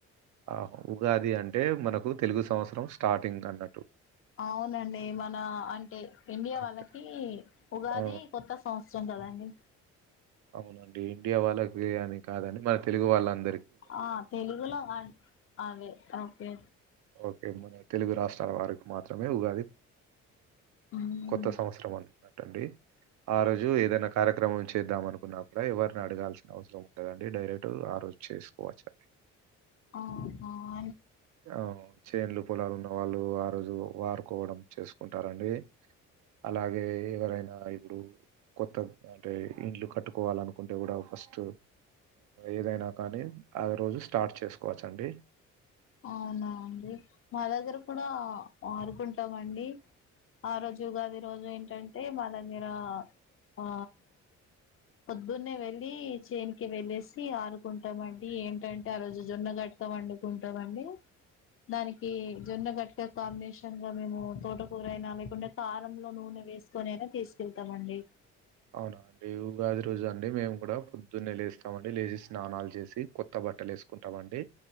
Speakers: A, on the right (about 75°); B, on the left (about 45°).
A: ఆ ఉగాది అంటే మనకు తెలుగు సంవత్సరం స్టార్టింగ్ అన్నట్టు
B: అవునండి మన అంటే ఇండియా
A: అంటే
B: వాళ్ళకి ఉగాది
A: ఆ
B: కొత్త సంవత్సరం కదా ఉ
A: అవునండి ఇండియా వాళ్ళకి అని కాదండి మన తెలుగు వాళ్ళం
B: ఆ తెలుగులో అదే ఓకే
A: ఓకే మన తెలుగు రాష్ట్రాల వారికి మాత్రమే ఉగాది
B: మ్మ్
A: కొత్త సంవత్సరం అని ట్టండి ఆ రోజు ఏదైనా కార్యక్రమం చేద్దామను కున్నప్పు కూడాడ ఎవరిని అడగాల్సిన అవసరం ఉంటుదండి డైరెక్ట్ ఆ రోజు చేసుకోవచ్చు అండి
B: ఆహ
A: ఆ చేన్లు పొలాలు ఉన్న వాళ్ళు ఆ రోజు వాారుకోవడం చేసుకుంటారండి అలాగే ఎవరైనా ఇప్పుడు కొత్త అంటే ఇండ్లు కట్టు కోవాలనుకుంటే కూడా ఫస్ట్ ఏదైనా కానీ ఆ రోజు స్టార్ట్ చేసుకోవచ్ అండి
B: అవునా అండి మా దగ్గర కూడా ఆరుకుంటామండి ఆ రోజు ఉగాది రోజు ఏంటంటే మా దగ్గర ఆ పొద్దున్నే వెళ్ళి చేన్కి వెళ్ళసి ఆరుకుంటామండి ఏంటంటే ఆ రోజు జొన్న గటక వండుకుం టవండి దానికి జొన్న గట్క కాంబినేషన్ గా మేము తోటకూర అయినా లేకుంటే కారంలో నూనె వేసుకొని అయినా తీసుకెళ్తామండి
A: అవునా అండి ఉగాది రోజు అండి మేము కూడా పొద్దున్నే లేస్తామండి లేచి స్నాలు చేసి కొత్త బట్టలు వేసుకుంటాండి